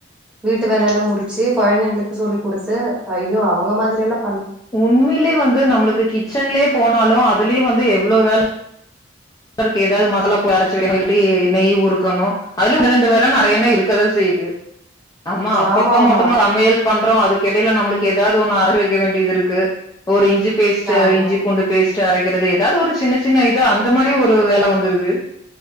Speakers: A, in the centre; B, on the left (about 20°).
A: வீட்டு வேலை எல்லா முடிச்சு கொழந்தைங்களுக்கு சொல்லிக் கொடுத்து ஐயோ அவங்க மாதிரிலா
B: உண்மேலே வந்து நம்மளுக்கு கிச்சன்லயே போனாலு அது அதுலயு வந்து எவ்ளோ வேல க்கு ஏதாவது மசாலா போய் அரைச்சு வேணு இல்லாட்டி நெய் நெய் உருக்கணு அதிலு ஒன்னு ரெண்டு வேல நறையன்ன இருக்கதா செய்யுது ஆம்மா அப்பப்பா
A: ஆமா ஆமா
B: மட்டும்மா சமையல் பண்றோ அதுக்கெடையில நம்மளுக்கு ஏதாவது ஒண்ணு அர வைக்க வேண்டியது இருக்கு ஒரு இஞ்சி பேஸ்ட்
A: ஆமா
B: இஞ்சிபூண்டு பேஸ்ட் பேஸ்ட் அரைக்கிறது ஏதாவது ஒரு சின்ன சின்ன இது அந்த மாரி ஒரு ஒரு வேல வந்துருது